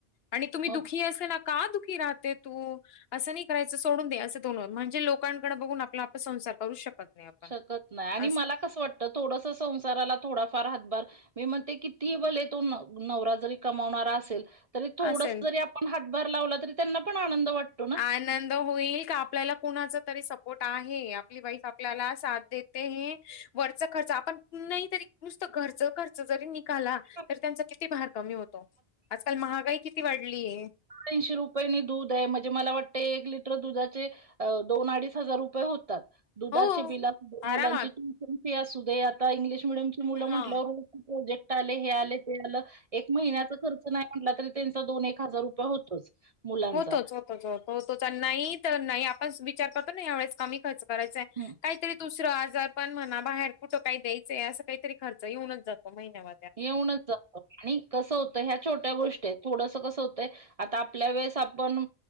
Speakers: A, on the left; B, on the right.
A: आणि तुम्ही
B: मग
A: दुखी अस ला का दुःखी राहते तु? असं नाही करायचं सोडून दे, असं बोलनार म्हणजे लोकांकडे बघून आपण आपला संसार करू शकत नाही आपण.
B: शकत नाही आणि
A: अस
B: मला कसं वाटतं थोडस संसाराला थोडाफार हातभार मी म्हणते किती भले तो नवरा जरी कमावणारा असेल. तरी थोडस
A: असेल
B: जरी आपण हातभार लावला तरी त्यांना पण आनंद वाटतो ना.
A: आनंद होईल का आपल्याला कुणाचा तरी सपोर्ट आहे आपली वाईफ आप पल्या साथ देते हे वरच खर्च आपण नाही तरी नुसत घरच खर्च खर्च जरी नीघाला
B: हां.
A: तरी त्यांचा किती भार कमी होतो आजकाल महागाई किती वाढलीय.
B: तीनशे रुपयांनी दूध आहे म्हणजे मला वाटतं एक लिटर दुधाचे अ दोन अडीच हजार रुपये होतात. दुधाचे
A: हो
B: बिल अस मुलांची
A: आरामात
B: ट्यूशन फी अस दे आता इंग्लिश मिडयम मुलं म्हणल्यावर
A: हा.
B: प्रोजेक्ट आले, हे आले, ते आलं महिन्याचा खर्च नाही म्हटला तरी त्यांचा दोन, एक हजार रुपये होतोच. मुलांचा.
A: होतोच होतोच होत होतोच नाही तर नाही आपण विचार करतो ना यावेळेस कमी खर्च करायचा आहे
B: हं.
A: काहीतरी दुसरा आजार पण म्हणा बाहेर कुठं काही द्यायचंय असं काहीतरी खर्च येऊनच जातो महिन्याभ
B: येऊनच जातो. आणि कसं होतं ह्या छोट्या गोष्टी आहेत थोडसं कसं होतंय आता आपल्या वेळेस पण